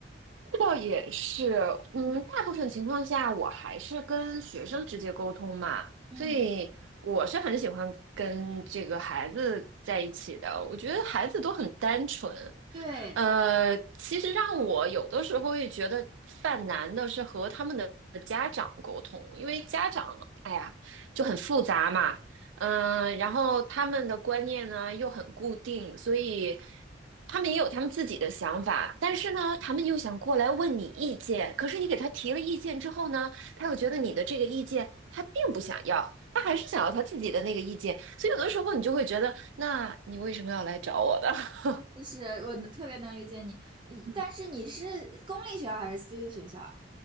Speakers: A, on the right (about 80°); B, on the right (about 25°).
A: 倒也是，嗯，
B: 嗯
A: 大部分情况下我还是跟学生直接沟通嘛，
B: 嗯，
A: 所以我是很喜欢跟这个孩子在一起的。我觉得孩子都很单纯，
B: 对，
A: 呃，其实让我有的时候也觉得犯难的是和他们的呃家长沟通，因为家长，哎呀，就很复杂嘛，嗯、然后他们的观念呢又很固定，所以他们也有他们自己的想法，但是呢，他们又想过来问你意见，可是你给他提了意见之后呢，他又觉得你的这个意见他并不想要，他还是想要他自己的那个意见，所以有的时候你就会觉得，那你为什么要来找我的 <laughs>
B: 就是我特别能理解你，呃但是你是公立学校还是私立学校啊？
A: 嗯，